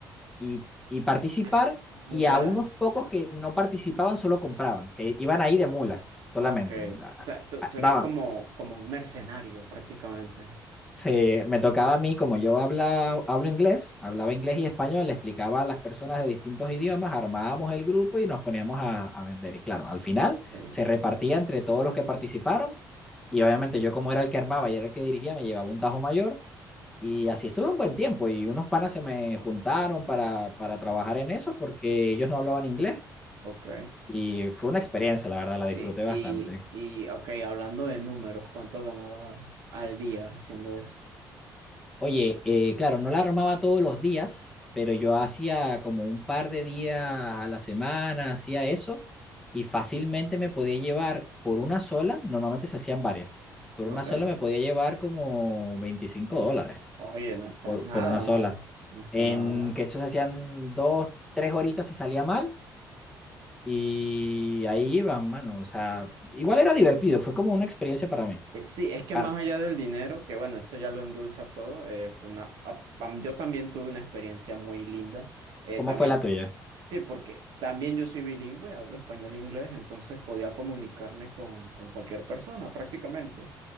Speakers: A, in the centre; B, on the right.
A: y, y participar
B: Ah,
A: y
B: ya.
A: a unos pocos que no participaban solo compraban, que iban ahí de mulas solamente.
B: Ok,
A: Ah,
B: o sea, tú,
A: ah,
B: tú
A: Daban,
B: eras como, como un mercenario prácticamente.
A: se, me tocaba a mí, como yo habla, hablo inglés, hablaba inglés y español, le explicaba a las personas de distintos idiomas, armábamos el grupo y nos poníamos a, a, vender. Y claro, al final
B: Sí,
A: se repartía entre todos los que participaron y obviamente yo como era el que armaba y era el que dirigía, me llevaba un tajo mayor. Y así estuve un buen tiempo y unos panas se me juntaron para, para trabajar en eso porque ellos no hablaban inglés
B: ok.
A: Y fue una experiencia, la verdad, la disfruté
B: Y, y,
A: bastante.
B: y, ok, hablando de números, ¿cuánto ganabas al día haciendo eso?
A: Oye, eh, claro, no la armaba todos los días, pero yo hacía como un par de días a la semana, hacía eso, y fácilmente me podía llevar por una sola, normalmente se hacían varias, por
B: Ok.
A: una sola me podía llevar como 25 dólares,
B: Oye, no está
A: por,
B: nada
A: por una sola.
B: mal, no está
A: En
B: nada mal.
A: que eso se hacían dos, tres horitas si salía mal, y ahí iban, mano. O sea, igual era divertido, fue como una experiencia para mí.
B: Eh, Sí, es que
A: Para,
B: más allá del dinero, que bueno, eso ya lo endulza todo, eh, fue una, a- am- yo también tuve una experiencia muy linda, eh,
A: ¿cómo
B: también,
A: fue la tuya?
B: sí, porque también yo soy bilingüe, hablo español e inglés, entonces podía comunicarme con, con cualquier persona prácticamente.